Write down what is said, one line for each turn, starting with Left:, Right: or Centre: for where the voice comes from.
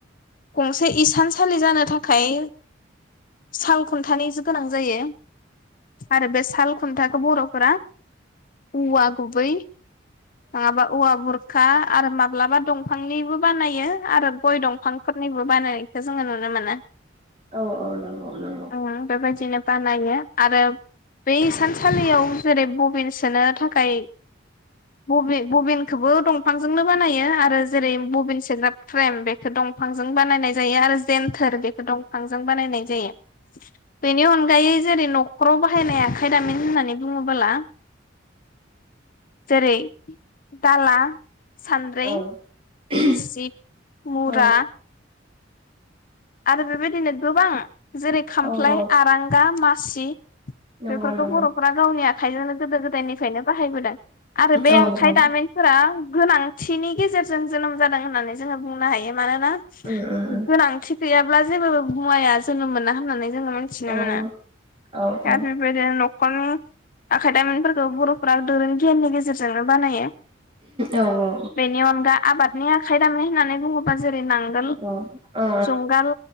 Left: गंसे इसानसालि जानो थाखाय साल खनथानि जि गोनां जायो आरो बे साल खुनथाखो बर'फोरा औवा गुबै माबा औवा बुरखा आरो माब्लाबा दंफांनिबो बानायो आरो गय दंफांफोरनिबो बानायो बेखौ जोङो नुनो मोनो
Right: औ औ नंगौ नंगौ
Left: ओम बेबायदिनो बानायो आरो बै सानसे खालियाव जेरै बबिन सोनो थाखाय बबिन बबिन एखोबो दंफांजोंनो बानायो आरो ओ जेरै बबिन सोग्रा फ्रेम बेखौ दंफांजों बानायनाय जायो आरो जेनथोर बेखौ दंफांजों बानायनाय जायो बिनि अनगायै जेरै न'खराव बाहायनाय आखाय दामिन होननानै बुङोबोला जेरै दाला सानद्रै
Right: औ औ
Left: गिसिब मुरा
Right: औ
Left: आरो बेबायदिनो गोबां जेरै खामफ्लाय
Right: औ औ
Left: आरांगा मा सि
Right: नंगौ
Left: बेफोरखौ
Right: नंगौ
Left: बर'फोरा गावनि आखाइजोंनो गोदो गोदायनिफायनो बाहायबोदों आरो बे
Right: औ
Left: आखाइ
Right: औ
Left: दामिनफोरा गोनांथिनि गेजेरजों जोनोम जादों होननानै जोङो बुंनो हायो मानोना
Right: उम उम उम
Left: गोनांथि गैयाब्ला जेबो मुवाया जोनोम मोना होननानै जोङो मिथिनो
Right: औ
Left: मोनो
Right: औ औ
Left: आरो बेबायदिनो न खर'नि आखाय दामिनफोरखौ बर'फोरा केेननि गेजेरजोंनो बानायो
Right: औ औ
Left: बेनि अनगा आबादनि आखाइ दामिन होननानै बुङोबा जेरै नांगोल
Right: ओ ओ
Left: जुंगाल